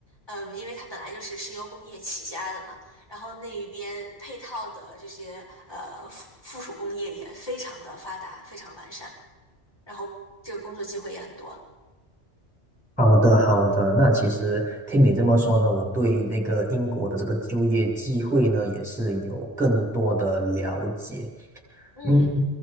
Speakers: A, on the left; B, in the centre.
A: 嗯，因为它本来就是石油工业起家的嘛，然后那一边配套的这些呃附附属工业也非常的发达，非常完善，然后这个工作机会也很多。
B: 好的，好的。那其实听你这么说呢，我对这个英国的这个就业机会呢，也是有更多的了解。
A: 嗯，
B: 嗯，